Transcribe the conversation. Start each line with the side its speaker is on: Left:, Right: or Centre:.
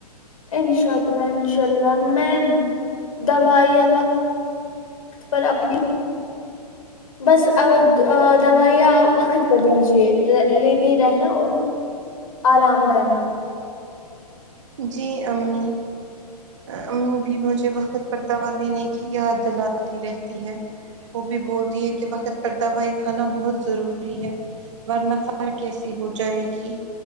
Left: انشاء اللہ انشاء اللہ میں دوائیا وقت پر اپنی بس ا دوائیاں وقت پر لیجیے لیتی رہنا اور آرام کرنا
Right: جی امی امی بھی مجھے وقت پر دوا لینے کی یاد دلاتی رہتی ہے وہ بھی بولتی ہے کہ وقت پر دوائی کھانا بہت ضروری ہے ورنہ فار کیسی ہو جائے گی